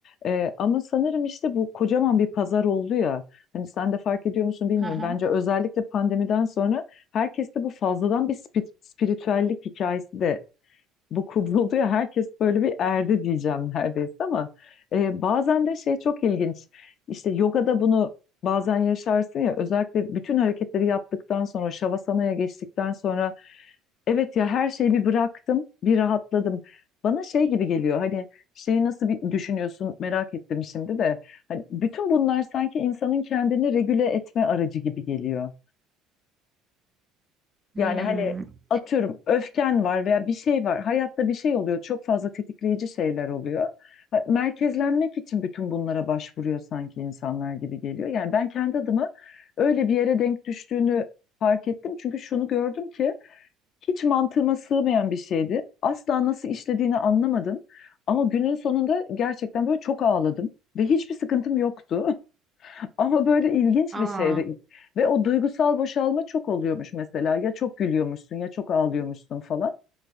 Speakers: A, on the left; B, on the right.
A: E, ama sanırım işte bu kocaman bir pazar oldu ya. Hani sen de fark ediyor musun bilmiyorum.
B: Hı hı.
A: Bence özellikle pandemiden sonra herkeste bu fazladan bir spi- spiritüellik hikayesi de bu kuruluyor. Herkes böyle bir erdi diyeceğim neredeyse ama e, bazen de şey çok ilginç. İşte yogada bunu bazen yaşarsın ya özellikle bütün hareketleri yaptıktan sonra şavasanaya geçtikten sonra evet ya her şeyi bir bıraktım, bir rahatladım. Bana şey gibi geliyor hani şeyi nasıl bir düşünüyorsun merak ettim şimdi de. Hani bütün bunlar sanki insanın kendini regüle etme aracı gibi geliyor.
B: Hmm.
A: Yani hani atıyorum öfken var veya bir şey var. Hayatta bir şey oluyor. Çok fazla tetikleyici şeyler oluyor. Ha, Merkezlenmek için bütün bunlara başvuruyor sanki insanlar gibi geliyor. Yani ben kendi adıma öyle bir yere denk düştüğünü fark ettim. Çünkü şunu gördüm ki hiç mantığıma sığmayan bir şeydi. Asla nasıl işlediğini anlamadım. Ama günün sonunda gerçekten böyle çok ağladım ve hiçbir sıkıntım yoktu. <laughs> Ama böyle ilginç
B: Aa,
A: bir şeydi. Ve o duygusal boşalma çok oluyormuş mesela. Ya çok gülüyormuşsun ya çok ağlıyormuşsun falan.